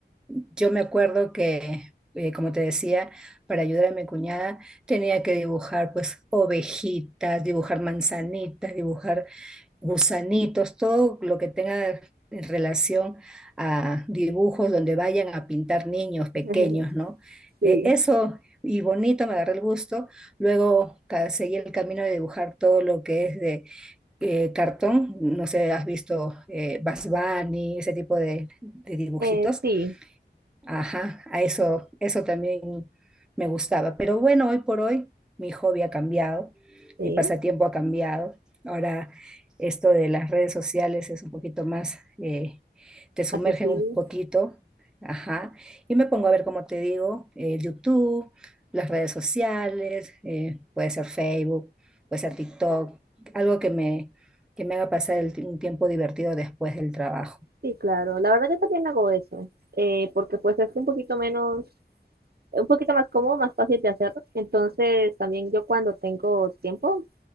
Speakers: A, in the centre; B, on the right.
A: Yo me acuerdo que, eh, como te decía, para ayudar a mi cuñada tenía que dibujar pues ovejitas, dibujar manzanitas, dibujar gusanitos, todo lo que tenga en relación a dibujos donde vayan a pintar niños pequeños,
B: <laughs>
A: ¿no?
B: Sí,
A: Eh, eso y bonito, me agarré el gusto. Luego ca- seguí el camino de dibujar todo lo que es de eh, cartón, no sé, has visto eh, Bugs Bunny, ese tipo de de dibujitos
B: eh, sí,
A: Ajá, a eso, eso también me gustaba. Pero bueno, hoy por hoy mi hobby ha cambiado,
B: sí,
A: mi pasatiempo ha cambiado. Ahora esto de las redes sociales es un poquito más, eh, te sumergen
B: accesible.
A: un poquito, ajá. Y me pongo a ver, como te digo, eh, YouTube, las redes sociales, eh, puede ser Facebook, puede ser TikTok, algo que me, que me haga pasar el, ti- un tiempo divertido después del trabajo.
B: Sí, claro. La verdad yo también hago eso, eh, porque pues es un poquito menos, un poquito más cómodo, más fácil de hacer. Entonces también yo cuando tengo tiempo